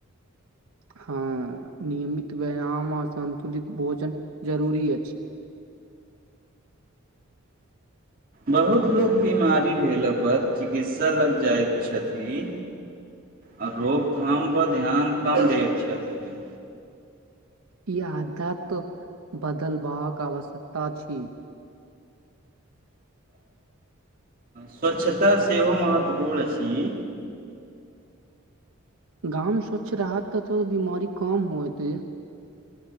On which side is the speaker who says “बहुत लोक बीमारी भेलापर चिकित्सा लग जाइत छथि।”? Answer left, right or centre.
Right